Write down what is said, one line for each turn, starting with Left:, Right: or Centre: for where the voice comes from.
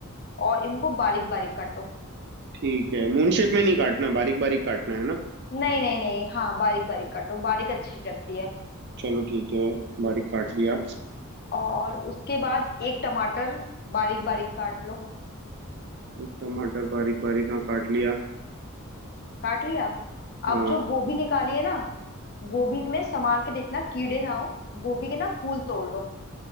Left: और इनको बारीक बारीक काटो
Right: ठीक है मून शेप में नहीं काटना बारीक बारीक काटना है ना
Left: नहीं नहीं नहीं हाँ बारीक बारीक काटो बारीक अच्छी लगती है
Right: चलो ठीक है बारीक काट लिया
Left: और उसके बाद एक टमाटर बारीक बारीक काट लो
Right: एक टमाटर बारीक बारीक हाँ काट लिया
Left: काट लिया अब
Right: हाँ
Left: जो गोभी निकाली है ना गोभी में संभाल के देखना कीड़े ना हो गोभी के ना फूल तोड़ लो